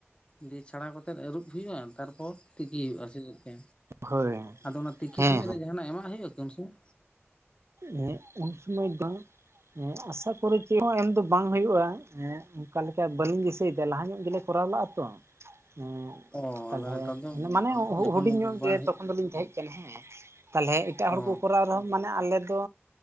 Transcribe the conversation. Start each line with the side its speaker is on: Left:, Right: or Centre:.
Left: ᱫᱤᱭᱮ ᱪᱷᱟᱲᱟᱣ ᱠᱟᱛᱮᱜ ᱟᱹᱨᱩᱵ ᱦᱩᱭᱩᱜᱼᱟ ᱛᱟᱨᱯᱚᱨ ᱛᱤᱠᱤ ᱦᱩᱭᱩᱜᱼᱟ ᱥᱮ ᱪᱮᱫ ᱠᱟ?
Right: ᱦᱳᱭ
Left: ᱟᱫᱚ ᱚᱱᱟ ᱛᱤᱠᱤ
Right: ᱦᱮᱸ
Left: ᱥᱚᱢᱚᱭ ᱨᱮ ᱡᱟᱦᱟᱸᱱᱟᱜ ᱮᱢᱟᱜ ᱦᱩᱭᱩᱜᱼᱟ ᱠᱤ ᱩᱱ ᱥᱚᱢᱚᱭ?
Right: ᱮᱸᱜ ᱩᱱ ᱥᱩᱚᱢᱟᱹᱭ ᱫᱚ ᱮᱸᱜ ᱟᱥᱟ ᱠᱚᱨᱤ ᱪᱮᱫ ᱦᱚᱸ ᱮᱢ ᱫᱚ ᱵᱟᱝ ᱦᱩᱭᱩᱜᱼᱟ ᱮᱸᱜ ᱚᱱᱠᱟ ᱞᱮᱠᱟ ᱵᱟᱹᱞᱤᱧ ᱫᱤᱥᱟᱹᱭᱮᱫᱟ ᱞᱟᱦᱟ ᱧᱚᱜ ᱜᱮᱞᱮ ᱠᱚᱨᱟᱣ ᱞᱟᱜᱼᱟ ᱛᱚ,
Left: <inaudible>
Right: ᱦᱮᱸ
Left: ᱚ
Right: ᱛᱟᱦᱚᱞᱮ
Left: ᱟᱫᱚ ᱱᱮᱛᱟᱨ ᱫᱚ
Right: ᱢᱟᱱᱮ ᱦᱩ
Left: ᱡᱚᱠᱷᱚᱱ
Right: ᱦᱩᱰᱤᱧ ᱧᱚᱜ
Left: ᱵᱟᱝ
Right: ᱜᱮ
Left: ᱦᱩᱭᱩᱜ
Right: ᱛᱚᱠᱷᱚᱱ ᱫᱚᱞᱤᱧ ᱛᱟᱦᱮᱸ ᱠᱟᱱᱦᱟ ᱛᱟᱦᱚᱞᱮ ᱮᱴᱟᱜ
Left: ᱚ
Right: ᱦᱚᱲ ᱠᱚ ᱠᱚᱨᱟᱣ ᱨᱮᱦᱚᱸ ᱢᱟᱱᱮ ᱟᱞᱮ ᱫᱚ